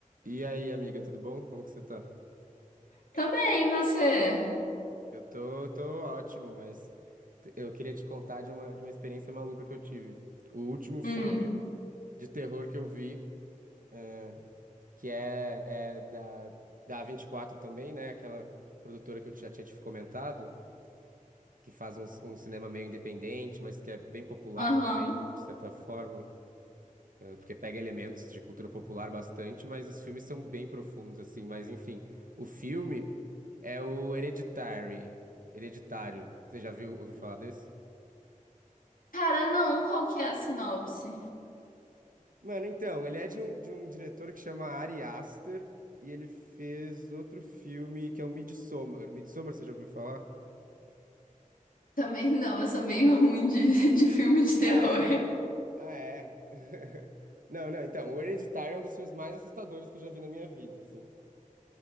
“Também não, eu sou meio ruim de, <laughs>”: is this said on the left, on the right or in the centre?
Left